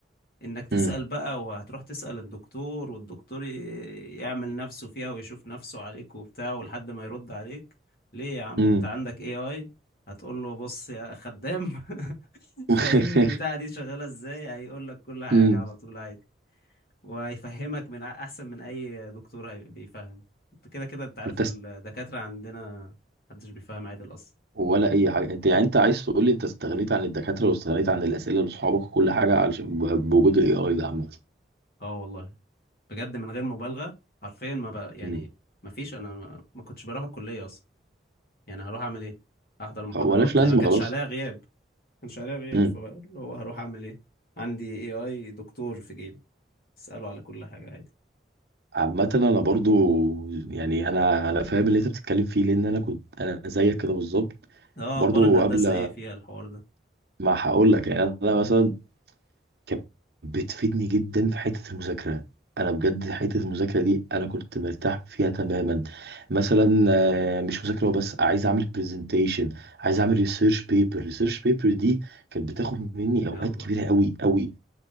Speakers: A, on the left; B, on the right.
A: انك تسأل
B: امم
A: بقى وهتروح تسأل الدكتور والدكتور ي- يعمل نفسه فيها ويشوف نفسه عليك وبتاع ولحد ما يرد عليك ليه يا عم
B: امم
A: انت عندك اي اي هتقول له بص يا خدام <laughs>
B: <laughs>
A: فهمني البتاعة دي شغالة ازاي هيقول لك كل حاجة
B: امم
A: على طول عادي وهيفهمك من أ- احسن من اي دكتور هي- بيفهم انت كده كده انت عارف
B: فانت
A: الدكاترة عندنا محدش بيفهم عادل اصلا
B: ولا اي حاجه انت يعني انت عايز تقول لي انت استغنيت عن الدكاتره واستغنيت عن الاسئله لاصحابك وكل حاجه علشان ب- بوجود الاي اي ده عامه
A: اه والله بجد من غير مبالغة حرفيا ما بقى يعني
B: امم
A: ما فيش انا ما ما كنتش بروح الكلية اصلا يعني هروح اعمل ايه احضر المحاضرات
B: فمالهاش لازمه
A: هي ما كانش
B: خلاص
A: عليها غياب ما كانش عليها غياب
B: امم
A: فاللي هو هروح اعمل ايه عندي اي اي دكتور في جيبي اساله على كل حاجه عادي
B: عامه انا برضو يعني انا انا فاهم اللي انت بتتكلم فيه لان انا كنت انا زيك كده بالظبط
A: اه
B: برضو
A: اخبار الهندسه
B: قبل
A: ايه فيها الحوار ده
B: ما هقول لك يعني انا مثلا كانت بتفيدني جدا في حتة المذاكرة أنا بجد حتة المذاكرة دي أنا كنت مرتاح فيها تماما مثلا آه، مش مذاكرة بس عايز أعمل برزنتيشن عايز أعمل ريسيرش بيبر ريسيرش بيبر دي كانت بتاخد مني أوقات
A: يلا
B: كبيرة أوي أوي